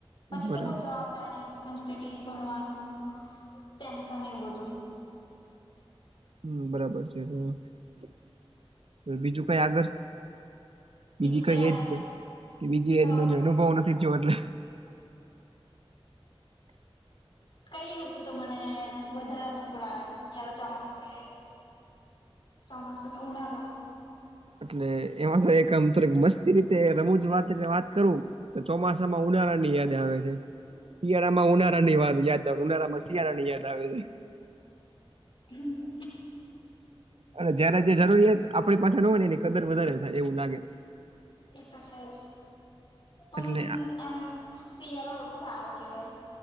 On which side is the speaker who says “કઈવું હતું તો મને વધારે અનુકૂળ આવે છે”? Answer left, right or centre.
Left